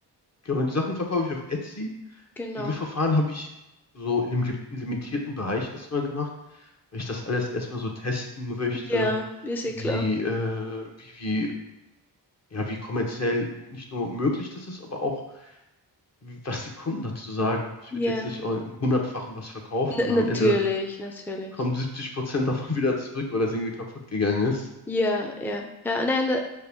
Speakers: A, on the left (about 35°); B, in the centre.
A: Genau. Und die Sachen verkaufe ich auf Etsy.
B: Genau.
A: die Löffverfahren habe ich so in dem li- limitierten Bereich erstmal gemacht, weil ich das alles erstmal so testen möchte,
B: Ja, ist
A: wie,
B: eh klar.
A: äh, wie, wie, ja, wie kommerziell nicht nur möglich das ist, aber auch, wie- was die Kunden dazu sagen. Ich
B: Ja.
A: würde jetzt nicht auch im Hundertfachen was verkaufen
B: N
A: und am
B: natürlich,
A: Ende
B: natürlich.
A: kommen 70 Prozent davon <laughs> wieder zurück, weil das irgendwie kaputt gegangen ist.
B: Ja, ja. Ja, nein, da-